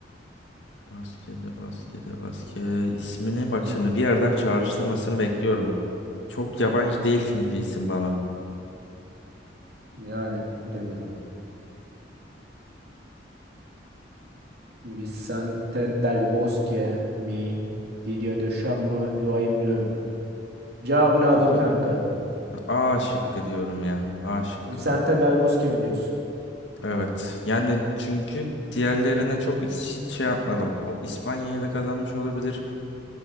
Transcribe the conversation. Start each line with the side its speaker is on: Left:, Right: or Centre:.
Left: Baskede baskede baske ismini bak şimdi bir yerden çağrıştırmasını bekliyorum. Çok yabancı değil çünkü isim bana.
Right: Yani bilemiyorum. Vicente Del Bosque mi? Didier Deschamps mı? Luhaim Löw mü? Cevabını alayım
Left: Bu
Right: kanka.
Left: A şıkkı diyorum ya. A şıkkı.
Right: Vicente Del Bosque mi diyorsun?
Left: Evet. Yani çünkü diğerlerine çok hiç, hiç şey yapmadım. O İspanya ile kazanmış olabilir.